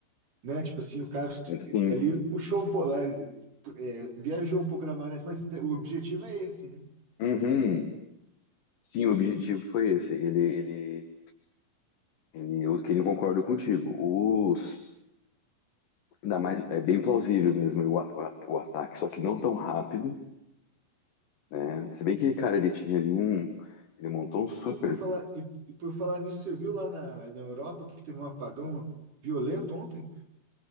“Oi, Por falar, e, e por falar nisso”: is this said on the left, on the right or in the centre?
Right